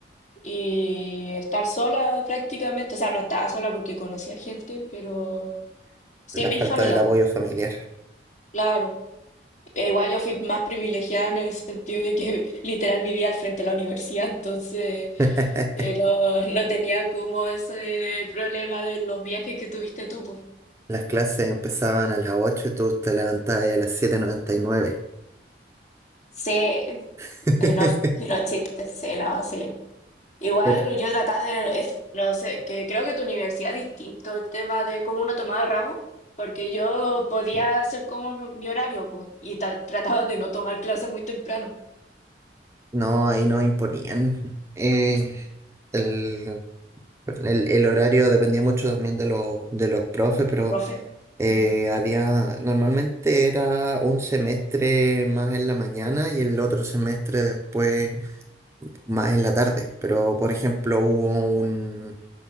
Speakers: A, on the left (about 40°); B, on the right (about 15°).
A: y estar sola prácticamente. O sea, no estaba sola porque conocía gente, pero sí,
B: La
A: mi
B: falta
A: familia,
B: del apoyo
A: pues,
B: familiar.
A: claro. E Igual yo fui más privilegiada en el sentido de que <laughs> literal vivía al frente de la universidad, entonces
B: <laughs>
A: eh, no, no tenía como ese problema de los viajes que tuviste tú. pues.
B: Las clases empezaban a las 8 y tú te levantabas ahí a las 7.99.
A: Sí, eh,
B: <laughs>
A: no, no chistes, sí, no, sí. Igual
B: Pero,
A: yo trataba de, es- no sé, que creo que tu universidad es distinto el tema de cómo uno tomaba ramos, porque yo podía
B: eh,
A: hacer como mi mi horario, pues, y ta- trataba de no tomar clases muy temprano.
B: no, ahí no imponían. Eh, el, el- el horario dependía mucho también de los, de los profes, pero
A: El profe,
B: Eh,
A: mm,
B: había, normalmente era un semestre más en la mañana y el otro semestre después más en la tarde. Pero, por ejemplo, hubo un,